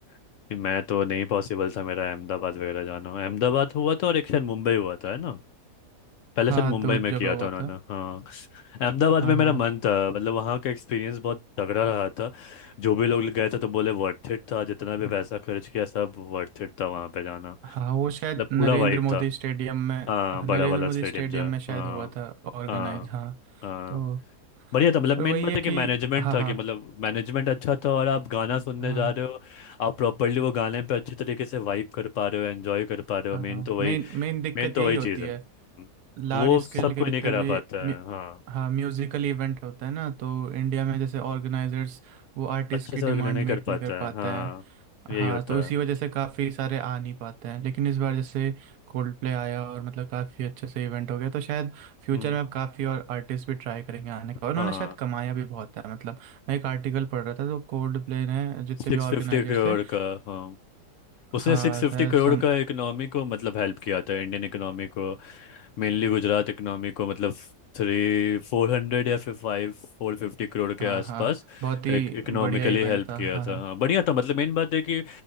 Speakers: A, on the left; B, on the right.
A: कि मैं तो नहीं पॉसिबल था मेरा अहमदाबाद वगैरह जाना अहमदाबाद हुआ था और एक शायद मुंबई हुआ था है ना पहले
B: हाँ
A: सर मुंबई
B: दो जगह
A: में किया
B: हुआ
A: था उन्होंने
B: था
A: हाँ अहमदाबाद
B: हाँ
A: में मेरा
B: हाँ
A: मन था मतलब वहाँ का एक्सपीरियंस बहुत तगड़ा रहा था जो भी लोग गए थे तो बोले वर्थ इट था जितना भी पैसा खर्च किया सब वर्थ इट था वहाँ पे जाना
B: हाँ वो शायद
A: मतलब
B: नरेंद्र
A: पूरा वाइब
B: मोदी
A: था
B: स्टेडियम में
A: हाँ
B: हाँ,
A: बड़ा
B: नरेंद्र
A: वाला
B: मोदी
A: स्टेडियम
B: स्टेडियम
A: जो है,
B: में शायद
A: हाँ
B: हुआ था ऑर्गेनाइज
A: हाँ
B: हाँ
A: हाँ
B: तो
A: बढ़िया था मतलब मेन
B: पर वही
A: बात
B: है
A: है
B: कि
A: कि मैनेजमेंट
B: हाँ
A: था
B: हाँ
A: कि मतलब मैनेजमेंट अच्छा था और आप गाना सुनने
B: हाँ
A: जा रहे हो आप प्रॉपरली वो गाने पे अच्छी तरीके से वाइब कर पा रहे हो एंजॉय कर पा रहे हो
B: हाँ
A: मेन
B: हाँ
A: तो वही
B: मेन मेन दिक्कत
A: मेन तो
B: यही
A: वही
B: होती
A: चीज़ है
B: है लार्ज
A: वो सब
B: स्केल के
A: कोई
B: जितने
A: नहीं करा
B: भी
A: पाता
B: म्यू-
A: है हाँ
B: हाँ म्यूजिकल इवेंट होता है ना तो इंडिया में जैसे ऑर्गेनाइजर्स वो आर्टिस्ट
A: अच्छे
B: की
A: से
B: डिमांड
A: ऑर्गेनाइज नहीं
B: मीट
A: कर पाता
B: नहीं कर पाते
A: है हाँ
B: हैं
A: यही
B: हाँ
A: होता
B: तो इसी
A: है
B: वजह से काफ़ी सारे आ नहीं पाते हैं लेकिन इस बार जैसे कोल्ड प्ले आया और मतलब काफ़ी अच्छे से इवेंट हो गया तो शायद फ्यूचर
A: हम्म
B: में अब काफ़ी और आर्टिस्ट भी ट्राई करेंगे आने का और उन्होंने
A: हाँ
B: शायद कमाया भी बहुत है मतलब मैं एक आर्टिकल पढ़ रहा था तो कोल्ड प्ले ने जितने
A: सिक्स
B: भी ऑर्गेनाइजर्स
A: फिफ्टी करोड़
B: थे
A: का हाँ उसने
B: हाँ
A: सिक्स फिफ्टी
B: शायद
A: करोड़
B: सम
A: का इकोनॉमी को मतलब हेल्प किया था इंडियन इकोनॉमी को मेनली गुजरात इकोनॉमी को मतलब थ्री फोर हंड्रेड या फिर फाइव फोर फिफ्टी करोड़ के
B: हाँ
A: आसपास
B: हाँ बहुत ही
A: का इकोनॉमिकली
B: बढ़िया इवेंट
A: हेल्प
B: था
A: किया
B: हाँ
A: था
B: हाँ
A: हाँ बढ़िया था मतलब मेन बात है कि